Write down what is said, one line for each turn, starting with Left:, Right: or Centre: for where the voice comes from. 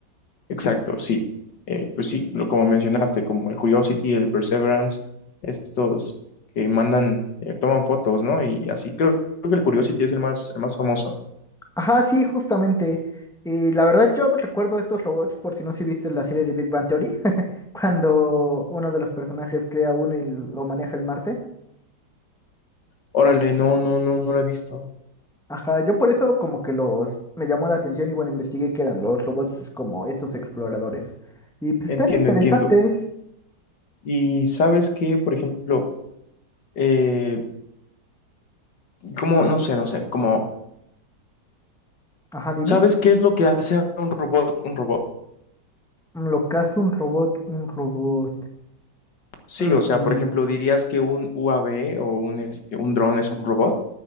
Left: Exacto, sí. Eh, pues sí, lo, como mencionaste, como el Curiosity, el Perseverance, estos que mandan, eh, toman fotos, ¿no? Y así creo, creo que el Curiosity es el más, el más famoso.
Centre: Ajá, sí, justamente. Y la verdad yo recuerdo estos robots, por si no si viste la serie de Big Bang Theory, <laughs> cuando uno de los personajes crea uno y lo maneja el Marte.
Left: Órale, no, no, no, no lo he visto.
Centre: Ajá, yo por eso como que los me llamó la atención y bueno, investigué que eran los robots como estos exploradores. Y pues
Left: Entiendo,
Centre: están interesantes.
Left: entiendo. Y sabes que, por ejemplo, eh, como, no sé, no sé, como,
Centre: Ajá, dime.
Left: ¿sabes qué es lo que hace un robot un robot?
Centre: Mm, Lo que hace un robot, un robot.
Left: Sí,
Centre: Mm,
Left: o sea, por ejemplo, dirías que un UAV o un, este, un dron es un robot.